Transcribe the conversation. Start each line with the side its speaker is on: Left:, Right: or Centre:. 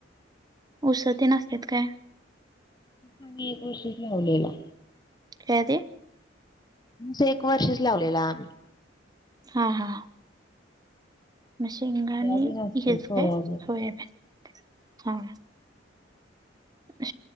Right: ऊस ते नसतात का
Left: आम्ही ऊसच लावलेला
Right: त्या काय ते
Left: ते एक वर्षच लावलेला आम्ही
Right: हां हां मघाणी
Left: सोयाबीन असते
Right: इस
Left: सोयाबीन
Right: काय सोयब ह <unintelligible> अशे